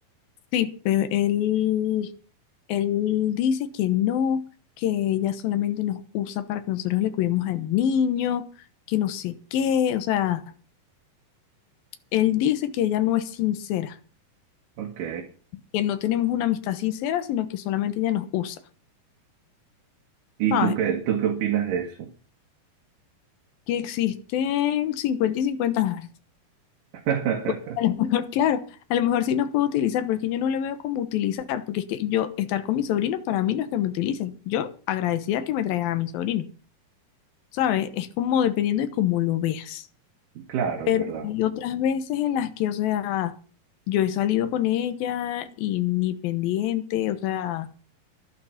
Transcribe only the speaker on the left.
Sí, pero él, él dice que no, que ella solamente nos usa para que nosotros le cuidemos al niño, que no sé qué, o sea. Él dice que ella no es sincera,
que no tenemos una amistad sincera, sino que solamente ella nos usa,
¿sabes?
Que existen 50 y 50 dólares.
Porque A lo mejor, claro, a lo mejor sí nos puede utilizar, pero es que yo no le veo como utilizar, porque es que yo estar con mis sobrinos para mí no es que me utilicen. Yo agradecida que me traigan a mi sobrino, ¿sabes? Es como dependiendo de cómo lo veas.
Pero
hay otras veces en las que, o sea, yo he salido con ella y ni pendiente, o sea,